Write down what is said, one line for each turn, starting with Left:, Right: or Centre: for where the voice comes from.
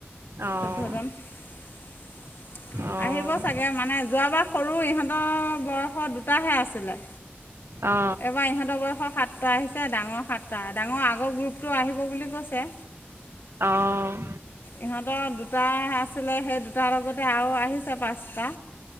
Right: অ',
Left: চৈধ্যজন। <unintelligible>
Right: অ',
Left: আহিব চাগে মানে যোৱা বাৰ সৰু ইহঁতৰ বয়সৰ দুটাহে আছিলে।
Right: অ',
Left: এইবাৰ ইহঁতৰ বয়সৰ সাতটা আহিছে, ডাঙৰ সাতটা। ডাঙৰ আগৰ গ্ৰুপটো আহিব বুলি কৈছে।
Right: অহ।
Left: ইহঁতৰ দুটা আছিলে, সেই দুটাৰ লগতে আৰু আহিছে পাঁচটা।